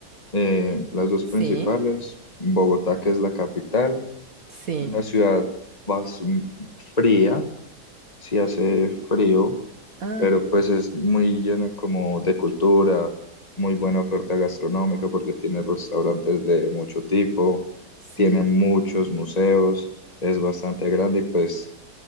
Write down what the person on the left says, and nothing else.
eh, las dos
principales, Bogotá, que es la capital,
una ciudad más mm, fría, sí hace frío,
pero pues es muy lleno como de cultura, muy buena oferta gastronómica porque tiene restaurantes de mucho tipo,
tiene muchos museos, es bastante grande y pues